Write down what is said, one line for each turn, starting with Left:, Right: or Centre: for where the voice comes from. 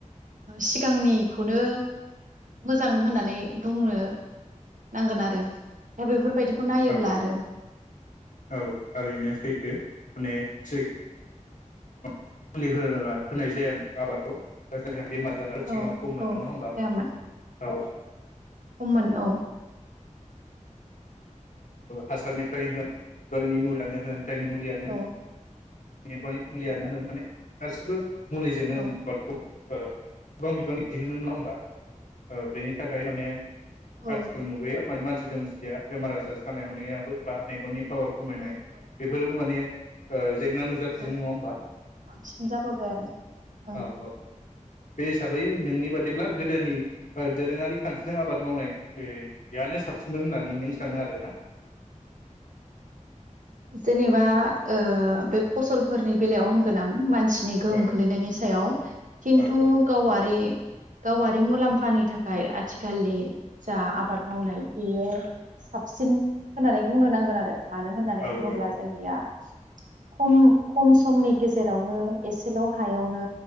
Right: सिगांनिखौनो मोजां होननानै बुंनो नांगोन आरो। दा बेफोरबायदिखौ नायोब्ला
Left: औ
Right: आरो
Left: औ थारैनो सैथो माने <unintelligible> मुलि होनो होनाय जाया आबादखौ <unintelligible> बेमारा सिगाङाव
Right: औ
Left: खममोन
Right: औ
Left: नङा होमबा।
Right: जायामोन
Left: <unintelligible>
Right: खममोन औ।
Left: हासारनिफ्राय होन <unintelligible> होन <unintelligible> मुलियानो।
Right: औ
Left: <unintelligible> मुलियानो
Right: औ
Left: होन माने गासैबो। मुलिजोंनो
Right: औ
Left: <unintelligible> ओ गोबां बिबांनि दिहुननो नङा होमबा बेनि थाखाय माने
Right: औ
Left: आथिखाल मुगायाव माने मानसि <unintelligible> सिया बेमार आजार सानाय हुनायावबो बा मेगननि पावार खमायनाय
Right: औ औ
Left: बेफोरो माने ओ जेंना नुजाथिदों
Right: औ
Left: नङा होमबा?
Right: बांसिन जाबोबाय आरो ओं
Left: औ-औ-औ बे हिसाबै नोंनि बायदिब्ला गोदोनि ओ दोरोङारि खान्थिजों आबाद मावनाय ओ यानो साबसिनमोन होननानै नों सानो आरोना?
Right: जेनेबा ओ बे फसलफोरनि बेलायाव होनगोन आं मान सिनि गोहोम
Left: औ
Right: खोलैनायनि सायाव खिन्थु
Left: औ औ
Right: गावारि गावारि मुलाम्फानि थाखाय आथिखालनि जा आबाद मावनाय बेयो साबसिन होननानै बुंनो नांगोन आरो मानो होननानै‌
Left: औ
Right: बुङोब्ला
Left: औ
Right: जोंनिया खम-खम समनि गेजेरावनो एसेल' हायावनो